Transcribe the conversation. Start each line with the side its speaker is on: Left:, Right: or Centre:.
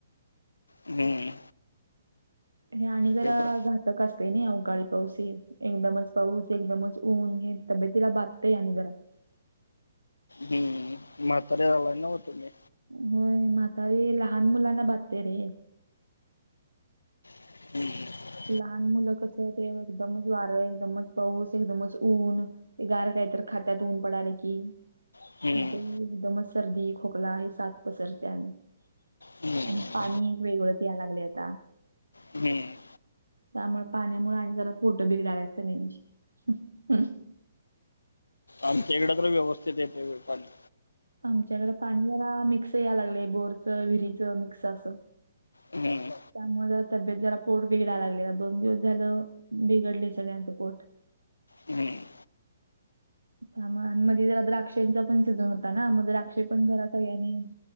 Left: हम्म
Right: हे आणि जरा
Left: ते तर
Right: घातक असतंय नई अवकाळी पाऊस हे. एकदमच पाऊस एकदमच ऊन हे तब्येतीला बाधतंय आणि जरा.
Left: हम् म्हातारी झालाय नव्हं तूम्ही.
Right: होय म्हातारी लहान मुलांना बाधतंय रे.
Left: हम्म हम्
Right: लहान मुलं कसं ते एकदमच वारं एकदमच पाऊस एकदमच ऊन ते गार काय तर खात्यात ऊन पडालं की
Left: हम्म.
Right: मग ते एकदमचं सर्दी खोकला हि साथ पसरतीया.
Left: हम्म.
Right: आणि पाणी एक वेगळं यायला लागलंय आता.
Left: हम्म
Right: त्यामुळे पाण्यामुळे आणि जरा पोट बिघडाय लागल्यात आणि जरा सगळ्याची.
Left: आमच्या इकडं तर व्यवस्थतीत येतंय बाई पाणी.
Right: आमच्याकडे पाणी जरा मिक्स यायलागलय बोरचं विरीचं मिक्स असं
Left: हम्म हम्म
Right: त्यामुळं तब्येत जरा पोट बिडायला लागलंय दोन दिवस झालं बिघडलंय सगळ्यांचं पोट.
Left: हम्म
Right: त्यामुळं आन मध्ये जरा द्राक्षांचा पण सीझन होता ना मग द्राक्षे पण जरा सगळ्यांनी